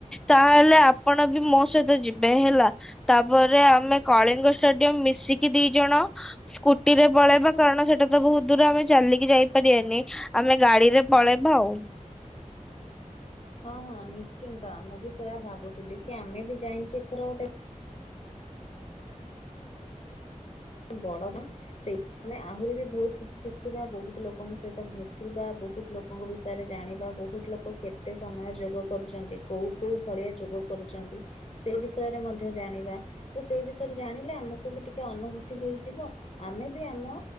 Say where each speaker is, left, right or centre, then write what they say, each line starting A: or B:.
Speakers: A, in the centre; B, on the left.
A: ତାହେଲେ ଆପଣ ବି ମୋ ସହିତ ଯିବେ ହେଲା ତାପରେ ଆମେ କଳିଙ୍ଗ ଷ୍ଟାଡିୟମ ମିଶିକି ଦି ଜଣ ସ୍କୁଟି ରେ ପଳେଇବା କାରଣ ସେଟା ତ ବହୁତ ଦୂର ଆମେ ଚାଲିକି ଯାଇପାରିବାନି ଆମେ ଗାଡିରେ ପଳେଇବା ଆଉ।
B: ହଁ ହଁ ନିଶ୍ଚିନ୍ତ। ତ ମୁଁ ବି ସେୟା ଭାବୁଥିଲି। କି ଆମେ ବି ଯାଇକି ଏଥର ଗୋଟେ ବଡ ଦାମ ସେଇ ଆମେ ଆହୁରି ବି ବହୁତ କିଛି ଶିଖିବା ବହୁତ ଲୋକଙ୍କ ସହିତ ଭେଟିବା ବହୁତ ଲୋକଙ୍କ ବିଷୟରେ ଜାଣିବା ବହୁତ ଲୋକ କେତେ ସମୟ ଯୋଗ କରୁଛନ୍ତି। କୋଉ କୋଉ ଭଳିଆ ଯୋଗ କରୁଛନ୍ତି। ସେ ବିଷୟରେ ମଧ୍ୟ ଜାଣିବା ତ ସେ ବିଷୟ ଜାଣିଲେ ଆମକୁ ବି ଟିକେ ଅନୁଭୂତି ହେଇଯିବ ଆମେ ବି ଆମ